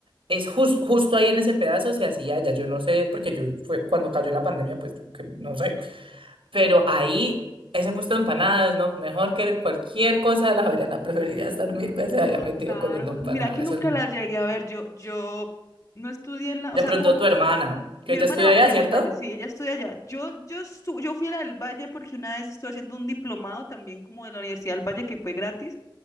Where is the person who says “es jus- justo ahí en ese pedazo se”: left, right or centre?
Right